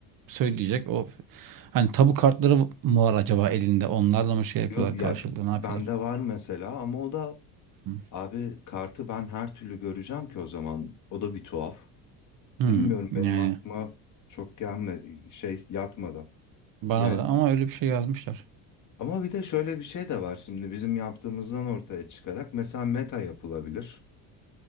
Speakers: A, on the right (about 50°); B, on the left (about 40°).
A: söyleyecek. O hani tabu kartları mı var acaba elinde? Onlarla mı şey yapıyorlar
B: Yok ya
A: karşılıklı? Ne
B: bende
A: yapıyorlar?
B: var mesela ama o da
A: Hı.
B: abi kartı ben her türlü göreceğim ki o zaman. O da bir tuhaf.
A: Hmm,
B: Bilmiyorum
A: yani
B: benim aklıma çok gelme şey yatmadı.
A: bana
B: Yani
A: da ama öyle bir şey yazmışlar.
B: ama bir de şöyle bir şey de var şimdi bizim yaptığımızdan ortaya çıkarak mesela meta yapılabilir.